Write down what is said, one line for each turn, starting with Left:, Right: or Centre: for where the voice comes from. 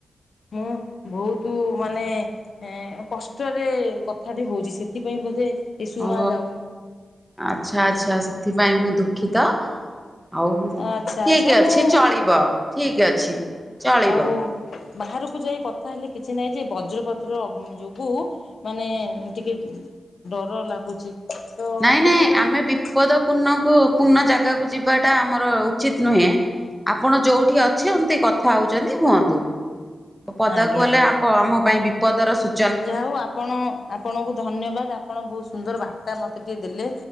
Left: ମୁଁ ବହୁତୁ ମାନେ ଏ କଷ୍ଟରେ କଥାଟି ହଉଛି ସେ ଥିପାଇଁ ବୋଧେ। ଏ ଶୁଣା
Centre: ଓ
Left: ଯାଉନି
Centre: ଆଚ୍ଛା ଆଚ୍ଛା ସେଥିପାଇଁ ମୁଁ ଦୁଃଖିତ। ଆଉ ଠିକି
Left: ଆଚ୍ଛା ଆଚ୍ଛା
Centre: ଅଛି
Left: ମୁଁ
Centre: ଚଳିବ ଠିକି ଅଛି। ଚଳିବ
Left: ଆଉ ବାହାରୁକୁ ଯାଇ କଥା ହେଲେ କିଛି ନାଇଁ ଯେ ବଜ୍ରପାତର ଅ ଯୋଗୁ। ମାନେ ଟିକେ ଡର ଲାଗୁଛି। ତ
Centre: ନାଇଁ
Left: ସେଥିପାଇଁ
Centre: ନାଇଁ ଆମେ
Left: ଟିକେ
Centre: ବିପଦ ପୂର୍ଣ୍ଣକୁ ପୂର୍ଣ୍ଣ ଜାଗାକୁ ଯିବାଟା ଆମର ଉଚିତ୍ ନୁହେଁ। ଆପଣ ଯୋଉଠି ଅଛନ୍ତି କଥା ହଉଚନ୍ତି ହୁଅନ୍ତୁ। ପଦାକୁ
Left: ଆଜ୍ଞା
Centre: ଗଲେ
Left: ଆଜ୍ଞା
Centre: ଆପ ଆମ ପାଇଁ ବିପଦର ସୁ
Left: ଯାହା ହଉ ଆପଣ ଆପଣଙ୍କୁ ଧନ୍ୟବାଦ୍ ଆପଣ ବହୁ ସୁନ୍ଦର ବା ର୍ତ୍ତା ମୋତେ ଟିକେ ଦେଲେ